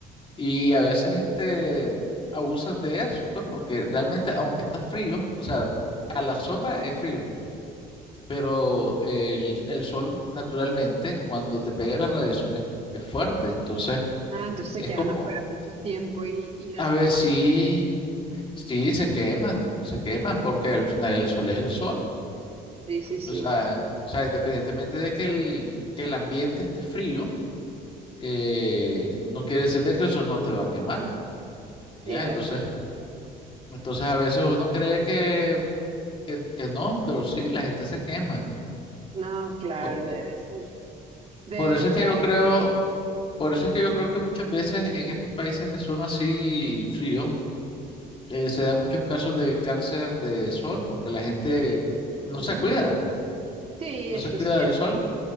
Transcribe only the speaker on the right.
Ah, entonces se
quedan
afuera mucho tiempo y, y les
va mal.
Sí, sí, sí.
Sí,
de
acuerdo.
No, claro,
debe ser. Debe,
claro,
de piel. Ujú.
Sí,
eso
es cierto.